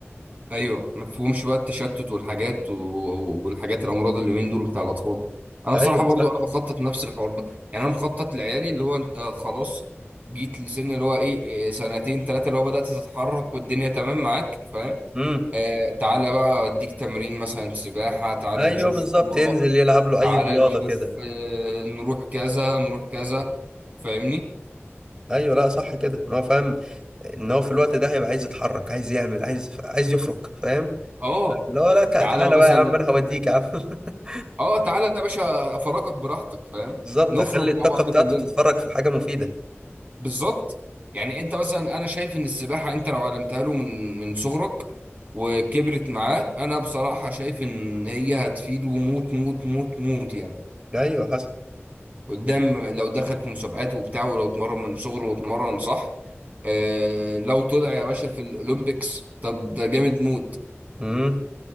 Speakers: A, on the right; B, on the right.
A: ايوه ما تفهمش بقى التشتت والحاجات و- والحاجات الامراض اللي من دول بتاع الاطفال انا
B: ايوه
A: بصراحة برضو
B: صح
A: انا بخطط نفس الحوار ده يعني انا مخطط لعيالي اللي هو انت خلاص جيت لسن اللي هو ايه إيه، سنتين ثلاثة اللي هو بدأت تتحرك والدنيا تمام معاك فاهم
B: امم
A: آه تعالى بقى أوديك تمرين مثلا سباحة تعالى
B: ايوه
A: نشوف
B: بالظبط
A: كورة
B: ينزل يلعب له
A: تعالى
B: اي رياضه
A: نشوف
B: كده
A: آه نروح كذا نروح كذا فاهمني؟
B: ايوه لا صح كده ان هو فاهم ان هو في الوقت ده هيبقى عايز يتحرك عايز يعمل عايز عايز يفرك فاهم
A: اه
B: لا لا تع-
A: تعالى
B: تعالى
A: مثلا
B: بقى يا عم انا هوديك يا عم <laughs>
A: اه تعالى يا باشا أفرجك براحتك فاهم؟
B: بالظبط
A: نفرج
B: اخلي
A: مع
B: الطاقه
A: بعض
B: بتاعته
A: كلنا
B: تتفرج في حاجه مفيده
A: بالظبط يعني أنت مثلا أنا شايف إن السباحة أنت لو علمتها له من من صغرك وكبرت معاه أنا بصراحة شايف إن هي هتفيده موت موت موت موت يعني
B: ايوه حصل
A: قدام لو دخل في مسابقات وبتاع ولو اتمرن من صغره واتمرن صح آه لو طلع يا باشا في الاولمبيكس طب ده جامد موت
B: امم